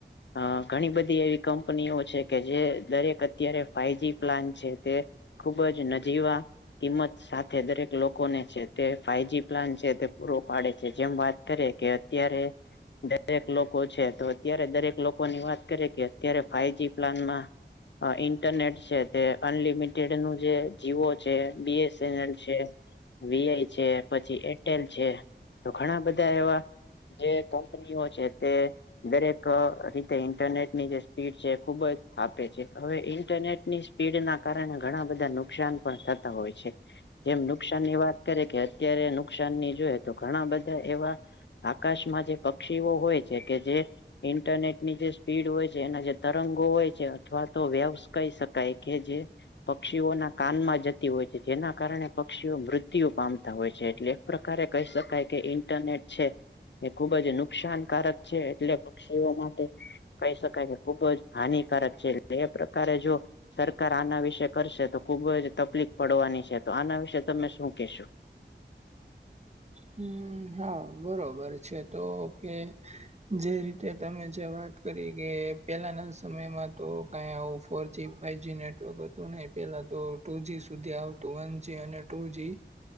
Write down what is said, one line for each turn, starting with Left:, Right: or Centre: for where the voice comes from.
Left: અ ઘણી બધી એવી કંપનીઓ છે કે જે દરેક અત્યારે ફાઈવ જી પ્લાન છે તે. ખુબ જ નજીવા કિંમત સાથે દરેક લોકોને છે તે ફાઈવજી પ્લાન છે તે પૂરો પાડે છે જેમ વાત કરી કે. અત્યારે દરેક લોકો છે તો અત્યારે દરેક લોકોની વાત કરે કે. અત્યારે ફાઈવ જી પ્લાનમાં અ ઇન્ટરનેટ છે તે અનલિમિટેડ નું જે. જીવો છે બી એસએનલ છે. વીઆઈ છે પછી એરટેલ છે તો ઘણા બધા એવા. જે કંપનીઓ છે તે દરેક અ રીતે ઇન્ટરનેટની જે. સ્પીડ છે ખુબ જ આપે છે હવે ઇન્ટરનેટની સ્પીડ ના કારણે ઘણા બધા નુકસાન પણ થતા હોય છે. જેમ નુકસાન ની વાત કરે કે અત્યારે નુકસાન ની જોએ તો ઘણા બધા એવા આકાશમાં જે પક્ષીઓ હોય છે કે જે ઇન્ટરનેટની જે સ્પીડ હોય જે એના જે તરંગો હોય છે અથવા તો વ્યવસ કહી શકાય કે જે. પક્ષીઓના કાનમાં જતી હોય છે જેના કારણે પક્ષીઓ મૃત્યુ પામતા હોય છે એટલે પ્રકારે કહી શકાય કે ઇન્ટરનેટ છે. એ ખુબજ નુકસાનકારક છે, એટલે પક્ષીઓ માટે કહી શકાય. ખુબ જ હાનિકારક છે, એટલે એ પ્રકારેજો. સરકાર આના વિશે કરશે તો ખુબ જ તકલીફ પડવાની છે, તો આના વિશે તમે શું કેશો.
Right: હુ, હા બરોબર છે, તો કે. જે રીતે તમે જે વાત કરીકે પેલાના સમયમાં તો કંઈ આવું ફોરજી. ફાઈવજી નેટવર્ક હતું, નહીં પેલા તો ટુ જી સુધી આવતું વનજી અને ટુજી